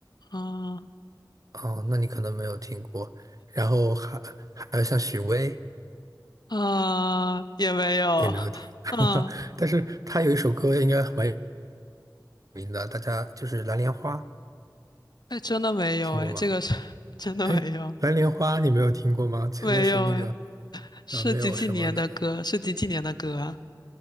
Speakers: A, on the left (about 65°); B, on the right (about 50°).
A: 啊、
B: 哦，那你可能没有听过。然后还还有像许巍
A: 啊、也没有。
B: 也没有听，
A: 嗯，
B: <laughs> 但是他有一首歌应该蛮有名的，大家就是《蓝莲花》。
A: 哎，真的没有哎，
B: 听过吗？
A: 这个是 <laughs> 真的没有，
B: 哎，蓝莲花你没有听过吗？前面是那个，
A: 没有哎，是几几年的歌？
B: 啊，没有什么的，
A: 是几几年的歌啊？